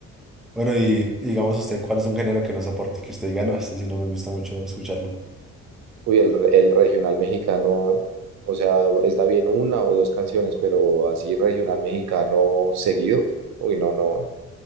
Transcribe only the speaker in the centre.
Bueno, y digamos usted, ¿cuál es un género que no soporte? Que usted diga, no, este sí no me gusta mucho escucharlo.